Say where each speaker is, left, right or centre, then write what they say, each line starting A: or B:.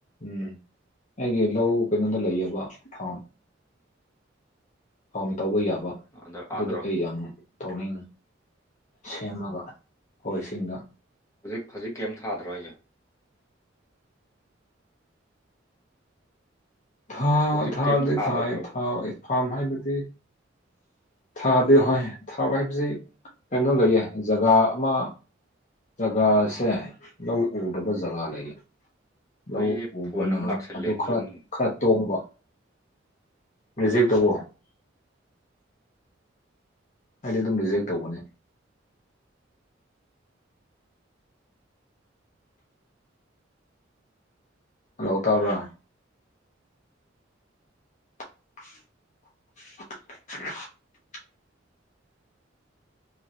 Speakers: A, on the left; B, on the left.
A: ꯎꯝ ꯑꯩꯒꯤ ꯂꯧ ꯀꯩꯅꯣꯗ ꯂꯩꯌꯦꯕ ꯐꯥꯝ ꯐꯥꯝ ꯇꯧꯕ ꯌꯥꯕ
B: ꯑꯥꯗ
A: ꯑꯗꯨꯗꯣ
B: ꯑꯥꯗꯔꯣ
A: ꯑꯩ ꯌꯥꯝ ꯇꯧꯅꯤꯡ ꯁꯦꯝꯃꯒ ꯑꯣꯏꯁꯤꯡꯗ
B: ꯍꯧꯖꯤꯛ ꯍꯧꯖꯤꯛ ꯀꯩꯝ ꯊꯥꯗ꯭ꯔꯣ ꯑꯩꯁꯦ
A: ꯊꯥ
B: ꯍꯧꯖꯤꯛ
A: ꯊꯥꯗꯤ
B: ꯀꯩꯝ ꯊꯥꯗꯕ꯭ꯔꯕ
A: ꯊꯥꯏ ꯊꯥꯎ ꯐꯥꯝ ꯍꯥꯏꯕꯗꯤ ꯊꯥꯗꯤ ꯍꯣꯏ ꯊꯥꯕ ꯍꯥꯏꯕꯁꯤ ꯀꯩꯅꯣ ꯂꯩꯌꯦ ꯖꯒꯥ ꯑꯃ ꯖꯒꯥꯁꯦ ꯂꯧ ꯎꯗꯕ ꯖꯒꯥ ꯂꯩꯌꯦ ꯂꯧ
B: ꯑꯩꯁꯦ
A: ꯎꯕꯅ
B: ꯐꯣꯟ ꯑꯃ ꯂꯥꯛꯁꯜꯂꯦꯅꯦ
A: ꯑꯗꯨ ꯈꯔ
B: ꯌꯨꯝ
A: ꯈꯔ ꯇꯣꯡꯕ ꯔꯤꯖꯦꯛ ꯇꯧꯕ ꯍꯥꯏꯗꯤ ꯑꯗꯨꯝ ꯔꯤꯖꯦꯛ ꯇꯧꯕꯅꯦ ꯍꯂꯥꯎ ꯇꯕ꯭ꯔꯥ <unintelligible>